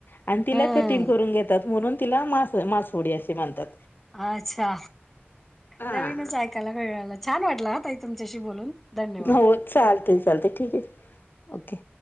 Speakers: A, on the left; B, in the centre.
A: आणि तिला
B: हम्म
A: कटिंग करून घेतात म्हणून तिला मास मासवडी असे मानतात
B: अच्छा
A: हा
B: नवीनच ऐकायला मिळालं छान वाटलं तुमच्याशी बोलून धन्यवाद
A: हो चालत चालत ठीक आहे ओके